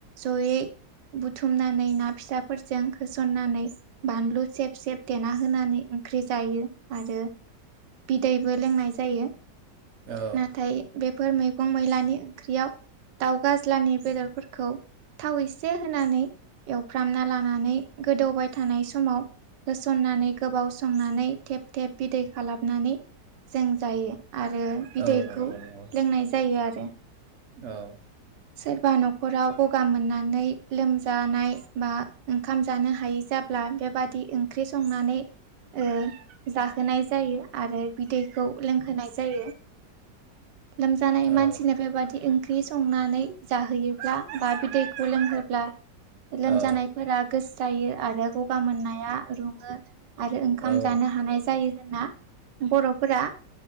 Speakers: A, on the right (about 80°); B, on the right (about 50°).
A: जयै बुथुमनानै ना फिसाफोरजों होसननानै बानलु सेब सेब देना होनानै ओंख्रि जायो आरो बिदैबो लोंनाय जायो
B: औ
A: नाथाय बेफोर मैगं मैलानि ओंख्रियाव दाउ गाज्लानि बेदरफोरखौ थावै एसे होनानै एवफ्रामना लानानै गोदौबाय थानाय समाव होसननानै गोबाव संनानै थेब थेब बिदै खालामनानै जों जायो आरो बिदैखौ
B: औ नंगौ
A: लोंनाय
B: नंगौ
A: जायो आरो
B: औ
A: सोरबा न'खराव गगा मोननानै लोमजानाय बा ओंखाम जानो हायै जाब्ला बेबादि ओंख्रि संनानै ओ जा होनाय जायो आरो बिदैखौ लोंहोनाय जायो लोमजानाय
B: औ
A: मानसिनो बेबादि ओंख्रि संनानै जाहैयोब्ला बा बिदैखौ लों ब्ला लोमजानायफोरा
B: औ
A: गोस जायो आरो गगा मोननाया रुङो आरो ओंखाम
B: औ
A: जानो हानाय जायो होनना बर'फोरा